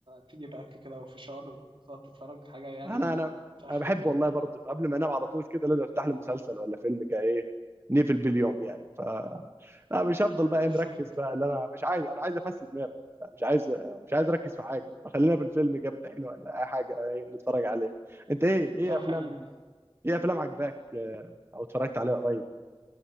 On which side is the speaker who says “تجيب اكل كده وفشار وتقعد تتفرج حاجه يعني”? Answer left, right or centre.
Right